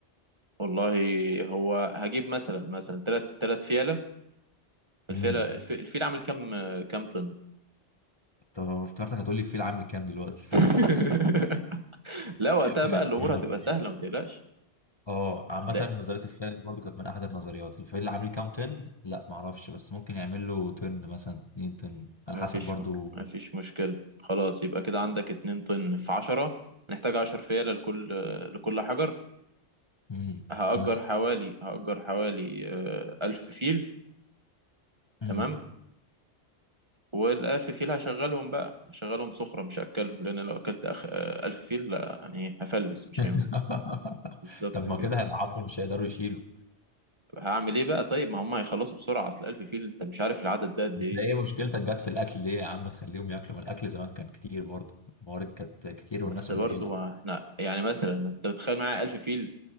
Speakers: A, on the right (about 30°); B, on the left (about 25°).
A: والله هو هجيب مثلا مثلا تلات تلات فيلة الفيلة
B: امم
A: الف- الفيل عامل كام كام طن
B: طب افتكرتك هتقولي الفيل عامل كام دلوقتي فلوس
A: <laughs> لا وقتها
B: <laughs>
A: بقى الامور هتبقى سهلة ما تقلقش
B: اه عامة
A: هنلاقي
B: نظرية الفيل دي برضو كانت من أحد النظريات الفيل عامل كام طن؟ لا معرفش بس ممكن يعمل له طن مثلا 2 طن على
A: ما
B: حسب
A: فيش
B: برضو
A: ما فيش مشكلة خلاص يبقى كده عندك اتنين طن في عشرة هنحتاج عشر فيلة لكل لكل حجر
B: امم
A: هأجر
B: مثلا
A: حوالي هأجر حوالي آه، ألف فيل
B: امم
A: تمام والألف فيل هشغلهم بقى هشغلهم صخرة مش هأكلهم لأن لو أكلت أخ... آه، ألف فيل لا يعني هفلس مش
B: <laughs>
A: هينفع بالظبط
B: طب ما
A: كده
B: كده هيضعفوا مش هيقدروا يشيلوا
A: هعمل ايه بقى طيب ما هم هيخلصوا بسرعة اصل 1000 فيل انت مش عارف العدد ده قد
B: انت
A: ايه
B: ايه مشكلتك جت في الأكل ليه يا عم تخليهم ياكلوا ما الأكل زمان كان كتير برضو الموارد كانت كتير
A: بس
B: والناس قليلة
A: برضو احنا يعني مثلا انت بتخيل معايا 1000 فيل